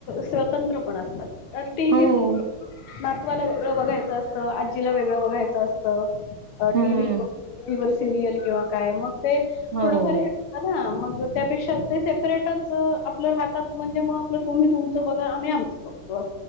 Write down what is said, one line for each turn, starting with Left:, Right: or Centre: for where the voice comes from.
Left: स्वतंत्र पण आसतात. टिव्ही
Right: हो
Left: नातवाला वेगळं बघायचं असतं. आजीला वेगळं बघायचं असतं.
Right: हम्म
Left: टीव्ही टीव्ही वर सिरियल किंवा काय? मग ते थोडंफार
Right: हो
Left: हे असतं मग त्यापेक्षा ते सेपरेटच आपल्या हातात म्हणजे, मग आप तुम्ही तुमचं बघा आम्ही <unintelligible>